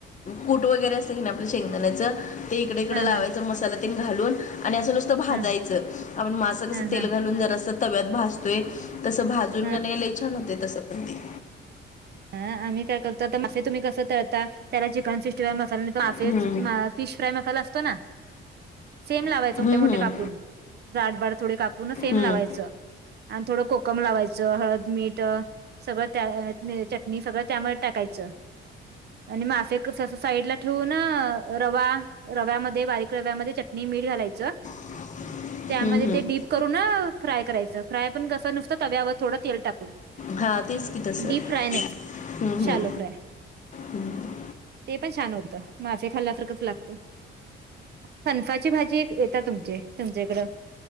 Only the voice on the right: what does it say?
हा
हा
हा
हा
हा
हा
हां आम्ही काय करतो आता मासे तुम्ही कस तळता त्याला चिकन <unintelligible> मसाला तोे
फिश फ्राय मसाला असतो ना. सेम लावायच
मोठे मोठे
कापून जाडबाड थोडे कापून सेम
लावायच. आणि थोड कोकम लावायच, हळद, मीठ सगळ त्या चटणी सगळ त्यामध्ये टाकायच. आणि मासे कस अस साईडला ठेवून रवा रव्यामध्ये बारीक रव्यामध्ये चटणी, मीठ घालायच.
त्यामध्ये
ते डीप करून ना फ्राय करायच फ्राय पण कस नुसत तव्यावर थोड तेल टाकून.
डीप फ्राय नाही
शालो फ्राय
ते पण छान होत मासे खाल्ला सारखच लागत. फनसाची भाजी येतात तुमची तुमच्याइकड.